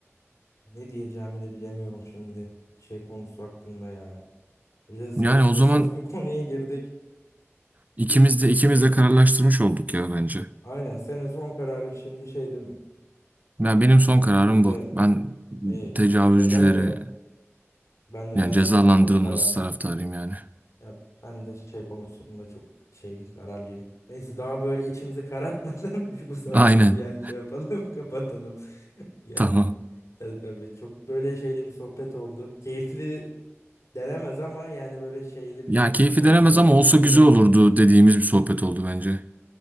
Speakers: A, on the left; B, on the right.
A: ne diyeceğimi de bilemiyorum şimdi şey konusu hakkında ya. Bir de
B: Yani
A: evet
B: o
A: hassas
B: zaman
A: bir <laughs> konuya girdik.
B: ikimiz de ikimiz
A: O,
B: de kararlaştırmış olduk ya bence.
A: aynen senin son kararın şimdi şey değil mi?
B: Ya
A: Yani
B: benim son
A: o,
B: kararım
A: bu da
B: bu. Ben
A: e,
B: tecavüzcüleri
A: be- ben de Ben de
B: yani
A: ben
B: cezalandırılması
A: de son karar.
B: taraftarıyım yani.
A: Ya ben de şey konusunda çok şeyim kararlıyım. Neyse daha böyle içimizi karartmadan <laughs> bu sohbeti
B: Aynen.
A: yani şey yapalım <laughs> kapatalım. <laughs> Yani
B: Tamam.
A: evet tabii çok böyle şeyli bir sohbet oldu. Keyifli denemez ama yani böyle şeyli bir
B: Ya
A: sohbet
B: keyfi
A: oldu
B: denemez
A: yani
B: ama
A: ikimizi
B: olsa güzel
A: birbirimize.
B: olurdu dediğimiz bir sohbet oldu bence.